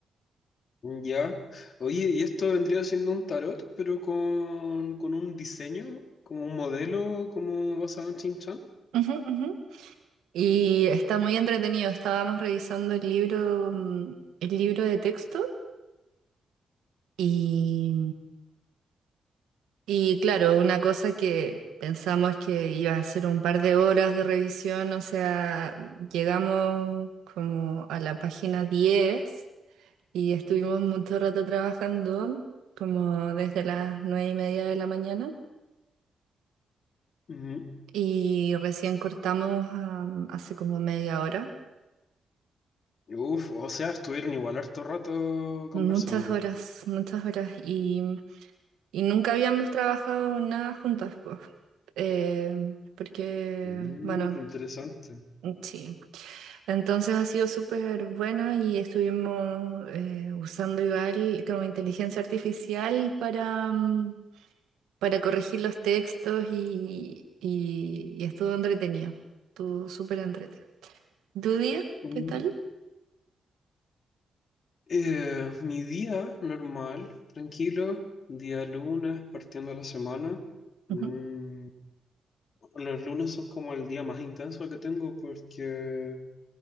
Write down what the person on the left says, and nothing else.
Ya. Oye, y esto vendría siendo un tarot, pero con, con un diseño, como un modelo, como basado en Shin Chan.
Ujú.
Uf, o sea, estuvieron igual harto rato conversando.
Mm,
qué interesante.
Mm.
Eh, mi día normal, tranquilo, día lunes, partiendo la semana. Mm,
bueno, los lunes son como el día más intenso que tengo porque